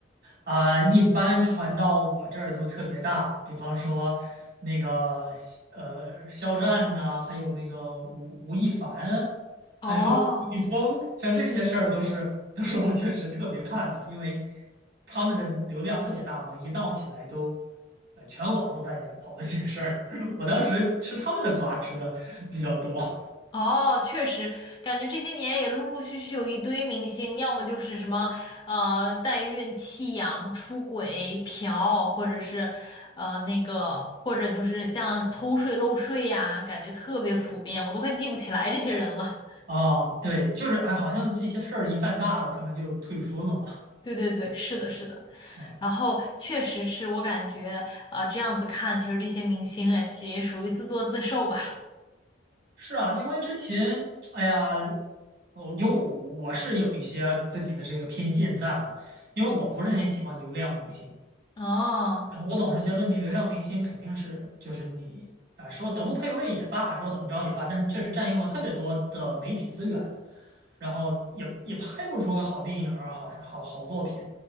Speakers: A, on the right; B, on the left.
A: 啊、一般传到我这儿都特别大，比方说那个呃肖战呐、还有那个吴吴亦凡，
B: 哦
A: 还有李易峰，像这些事儿都是都是我确实特别看的，因为他们的流量特别大嘛，一闹起来都呃全网都在聊讨论这个事儿。<laughs> 我当时吃他们的瓜吃的比较多
B: 哦，确实，感觉这些年也陆陆续续有一堆明星，要么就是什么呃代孕、弃养、出轨、嫖，或者是呃那个，或者就是像偷税漏税呀，感觉特别普遍，我都快记不起来这些人了。
A: 啊、对，就是哎，好像这些事儿一犯大了，他们就退出了嘛。
B: <laughs> 对对对，是的，是的。
A: 啊。
B: 然后确实是我感觉啊、呃这样子看，其实这些明星哎，这也属于自作自受吧。
A: 是啊，因为之前，哎呀，我有我是有一些自己的这个偏见在哈，因为我不是很喜欢流量明星，
B: 哦
A: 然后我总是觉得你流量明星肯定是就是你啊，说德不配位也罢，说怎么着也罢，但是确实占用了特别多的媒体资源，然后也也拍不出个好电影儿、好好好作品，